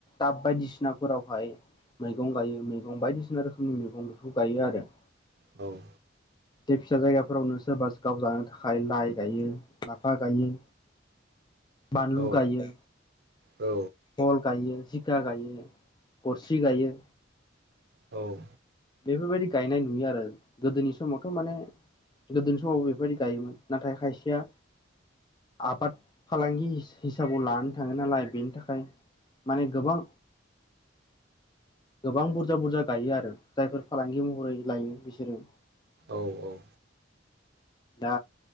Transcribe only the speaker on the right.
औ।
औ
औ
औ
औ औ